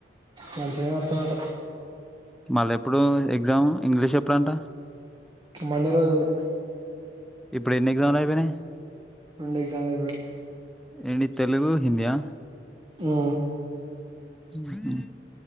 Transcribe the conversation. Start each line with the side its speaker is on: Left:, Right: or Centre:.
Right: మంచిగా రాతందట
Centre: మళ్ళా ఎప్పుడు ఎగ్జామ్ ఇంగ్లీష్ ఎప్పుడు అంట
Right: మండే రోజు ఉంది
Centre: ఇప్పుడు ఎన్ని ఎగ్జామ్లు అయ్యిపోయినాయి
Right: రెండు ఎగ్జామ్ లు అయిపోయినాయి
Centre: ఏంటి తెలుగు హిందియా
Right: ఉ
Centre: ఉ